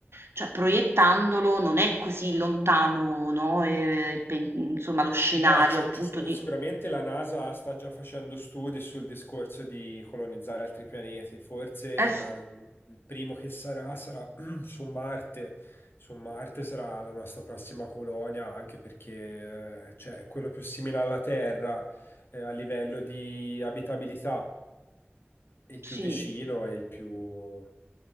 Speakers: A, on the right; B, on the left.
A: cioè proiettandolo non è così lontano, no, eh, il pen- insomma lo scenario
B: No, c'è-
A: appunto
B: ci sono-
A: di...
B: sicuramente la NASA sta già facendo studi sul discorso di colonizzare altri pianeti. Forse
A: Eh, s-
B: la- il primo che sarà sarà <clears throat> su Marte. Su Marte sarà la nostra prossima colonia, anche perché eh, cioè, è quello più simile alla Terra eh, a livello di abitabilità, il
A: sì,
B: più vicino e il più,